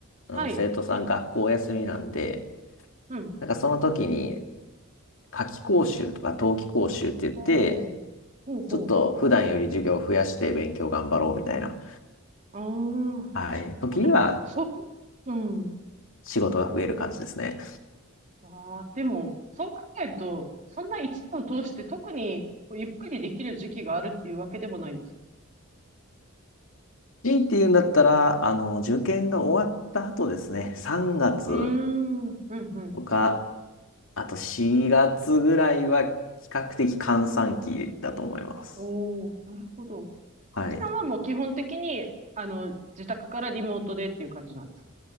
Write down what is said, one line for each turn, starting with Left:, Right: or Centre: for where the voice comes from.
Left: あの生徒さん学校休みなんで、
Right: はい。うん。
Left: なんかその時に夏期講習とか冬季講習って言って、
Right: ほう。ほうほ
Left: ちょっと普段より授業を増やして勉強頑張ろうみたいな、
Right: う。ああ。
Left: はい、時には
Right: まあでも、そう。うん。
Left: 仕事が増える感じですね。
Right: ああ、でも、そう考えると、そんな一年を通して特にこうゆっくりできる時期があるっていうわけでもないです。
Left: 強いて言うんだったら、あの、受験が終わった後ですね、3月
Right: うーん。うんうん。
Left: とか、あと4月ぐらいは比較的閑散期だと思います。
Right: おー、なるほど。
Left: はい。
Right: ちさんはもう基本的に、あの、自宅からリモートでっていう感じなんですか